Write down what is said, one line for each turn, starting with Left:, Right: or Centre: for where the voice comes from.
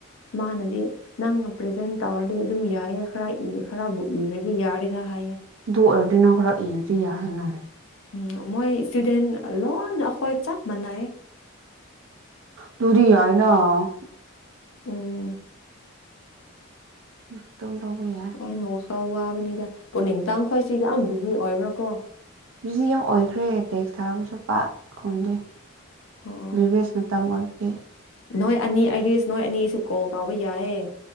Left: ꯃꯥꯅꯗꯤ ꯅꯪꯅ ꯄ꯭ꯔꯖꯦꯟꯠ ꯇꯧꯔꯗꯤ ꯑꯗꯨꯝ ꯌꯥꯏꯌꯦ ꯈꯔ ꯏ ꯈꯔꯕꯨ ꯏꯔꯗꯤ ꯌꯥꯔꯦꯗ ꯍꯥꯏꯌꯦ
Right: ꯗꯨ ꯑꯣꯏꯔꯗꯤ ꯅꯪ ꯈꯔ ꯏꯔꯗꯤ ꯌꯥꯔꯦꯅ
Left: ꯎꯝ ꯃꯣꯏ ꯁ꯭ꯇꯨꯗꯦꯟ ꯂꯣꯏꯅ ꯑꯩꯈꯣꯏ ꯆꯞ ꯃꯥꯟꯅꯩ
Right: ꯇꯨꯗꯤ ꯌꯥꯏꯅ ꯍꯨꯝ
Left: ꯎꯝ
Right: <inaudible> ꯌꯥꯏ
Left: ꯑꯩꯅ ꯋꯥꯈꯜ ꯋꯥꯕꯅꯤꯗ ꯄꯨꯅꯤꯡꯇꯥꯡ ꯈꯣꯏꯁꯤ ꯌꯥꯝ ꯕꯤꯖꯤ ꯑꯣꯏꯕ꯭ꯔꯀꯣ
Right: ꯕꯤꯖꯤ ꯌꯥꯝ ꯑꯣꯏꯈ꯭ꯔꯦ ꯇꯦꯛꯁ ꯊꯥꯕꯁꯨ ꯄꯥꯛ ꯈꯨꯝꯗꯦ
Left: ꯑꯣ
Right: <unintelligible> ꯑꯦ
Left: ꯅꯣꯏ ꯑꯅꯤ ꯑꯥꯏꯔꯤꯁ ꯅꯣꯏ ꯑꯅꯤꯁꯨ ꯀꯣꯜ ꯇꯧꯕ ꯌꯥꯏꯌꯦ